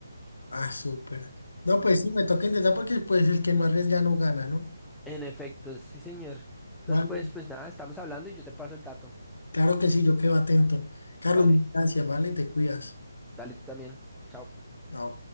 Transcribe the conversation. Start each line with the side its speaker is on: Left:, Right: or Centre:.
Left: Ah, súper. No, pues sí, me toca intentar porque pues el que no arriesga no gana, ¿no?
Centre: En efecto, sí, señor. Entonces,
Left: Vale.
Centre: pues, pues nada, estamos hablando y yo te paso el dato.
Left: Claro que sí, yo quedo atento. Carlos,
Centre: Vale,
Left: gracias, ¿vale? Te cuidas.
Centre: dale tú también. Chao.
Left: Chao.